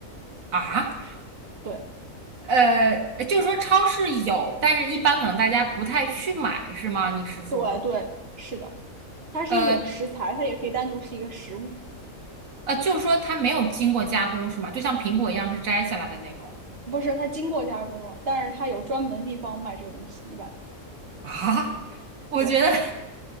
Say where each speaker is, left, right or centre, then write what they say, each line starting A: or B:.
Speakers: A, on the right (about 75°); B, on the right (about 50°).
A: 啊。
B: 对
A: 呃，就是说超市有，但是一般可能大家不太去买，是吗？你是说，
B: 对对，是的。它是一种食材，
A: 呃，
B: 它也可以单独是一个食物，
A: 啊，就是说它没有经过加工是吗？就像苹果一样是摘下来的那种
B: 不是它经过加工了，但是它有专门的地方卖这个东西。一般
A: 啊？<laughs> 我觉得
B: 对
A: <laughs>